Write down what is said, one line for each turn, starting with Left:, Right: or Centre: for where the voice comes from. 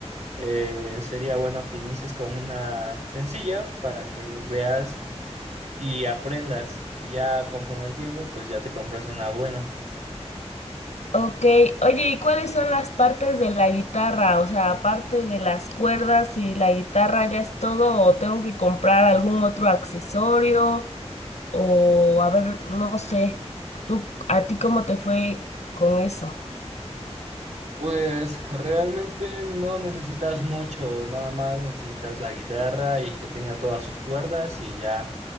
Right: eh, sería bueno que inicies con una sencilla para que veas y aprendas. Y ya conforme el tiempo, pues ya te compras una buena.
Left: Ok, oye, ¿y cuáles son las partes de la guitarra? O sea, aparte de las cuerdas y la guitarra, ¿ya es todo? ¿O tengo que comprar algún otro accesorio? O a ver, no sé, tú, ¿a ti cómo te fue con eso?
Right: Pues realmente no necesitas mucho, nada más necesitas la guitarra y que tenga todas sus cuerdas y ya.